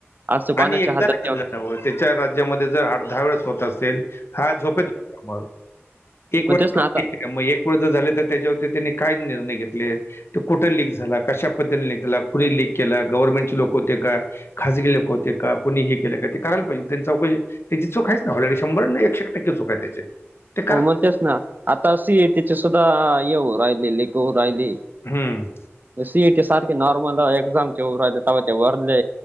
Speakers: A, on the right; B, on the left.
A: असं कोणाच्या
B: आणि एकदा
A: हातात
B: नाही
A: ठेवून.
B: झालं ना, त्याच्या राज्यामध्ये जर आठ दहा वेळेस होत असेल, हा झोपेतून उठलो, मग एक
A: मग
B: वेळ
A: तेच ना
B: <unintelligible>
A: आता
B: त्या मग एक वेळ जर झाले तर त्याच्यावरती त्यांनी काय निर्णय घेतलेत. ते कुठं लीक झाला, कशा पद्धतीने लीक झाला, कुणी लीक केला, गव्हर्नमेंटची लोकं होते का? खाजगी लोक होते का, कोणी हे केलं का ते करायला पाहिजे त्यांचा त्याची चूक आहेच ना ऑलरेडी, शंभर नाई एकशे टक्के चूक आहे त्याची. ते करा
A: हो म्हग तेच ना, आता सीएयटीचे सुद्धा ये होऊ राहिले लीक होऊ राहिले.
B: हम्म.
A: त्या सी ई टी सारखे नॉर्मल एक्झामचे होऊ राहिले तेव्हा ते वरले